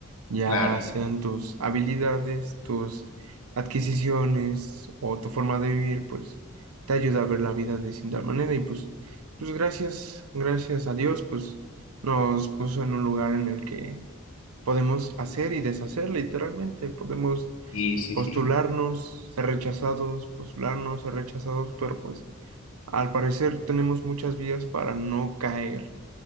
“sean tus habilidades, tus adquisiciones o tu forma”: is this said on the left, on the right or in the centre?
Right